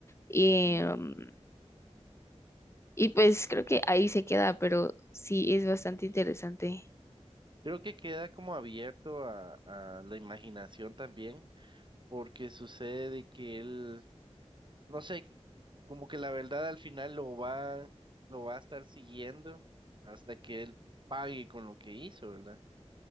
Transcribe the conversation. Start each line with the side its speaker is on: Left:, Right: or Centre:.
Left: em,
Right: ujú.
Left: y pues creo que ahí se queda, pero sí es bastante interesante.
Right: Creo que queda como abierto a, a la imaginación también porque sucede de que él, no sé, que- como que la verdad al final lo va, lo va a estar siguiendo hasta que él pague con lo que hizo, ¿verdad?